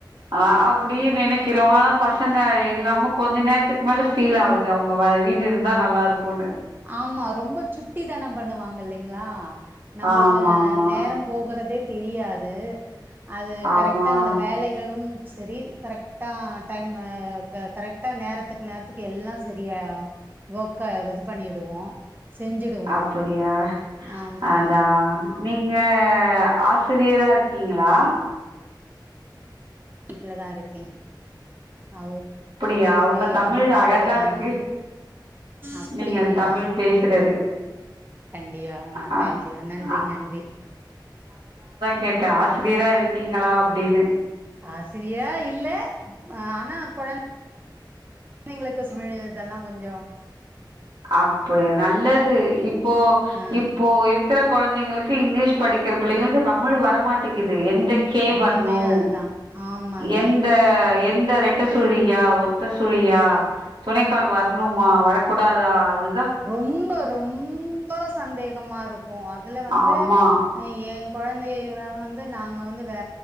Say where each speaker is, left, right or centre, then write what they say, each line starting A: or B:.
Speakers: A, on the right; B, on the right.
A: ஆஹ் அப்புடியே நினைக்கிறோம் ஆனா பச பசங்க இல்லாம கொஞ்ச நேரத்துக்கு மேல ஃபீல் ஆகுது அவங்க வீட்டு இருந்தா நல்லா இருக்கும்னு
B: ஆமா ரொம்ப சுட்டி தனம் பண்ணுவாங்க இல்லைங்களா நம்மளுக்கு
A: ஆமா ஆமா
B: நேரம் போகறதே தெரியாது அது
A: ஆமா
B: கரெக்டா அந்த வேலைகளும் சரி கரெக்டா டைம் கரெக்ட்டா நேரத்துக்கு நேரத்துக்கு எல்லாம் சரியா <unintelligible> பண்ணிடுவோ செஞ்சிடுவோ
A: அப்புடியா
B: ஆமா
A: அதான் நீங்க ஆசிரியரா இருக்கீங்களா
B: வீட்டுலதான் இருக்கேன் அ
A: அப்படியா உங்க
B: என்
A: தமிழ்
B: வீட்டு
A: அழகா
B: வேல
A: இருக்கு
B: ஆமாம் அப்படிங்களா
A: நீங்கள் தமிழ் பேசுறது
B: கண்டிப்பா ந
A: அ
B: தேங்க்யூ நன்றி
A: அ
B: நன்றி
A: கேட்ட ஆசிரியரா இருக்கீங்களா அப்டின்னு
B: ஆசிரியா இல்ல ஹ ஆனா குழந்தை குழந்தைங்களுக்கு தமிழ் இதெல்லாம் கொஞ்சம்
A: அப்படிய நல்லது இப்போ
B: ஆ
A: இப்போ இருக்கிற குழந்தைங்களுக் கு இங்கிலீஷ் படிக்கிற பிள்ளைங்களுக்கு தமிழ் வரமாட்டேங்குது எந்த கே வரணும்
B: உண்மையா அதுதா ஆமாங்க
A: எந்த எந்த ரெட்ட சுழியா ஒத்த சுழியா துணைக்கால் வரணுமா வரக்கூ டதா அது
B: ரொம்ப ரொம்ப சந்தேகமா இருக்கு அதுல வந்து
A: ஆமா
B: எ கொழந்தைய வந்து நாங்க வந்து வே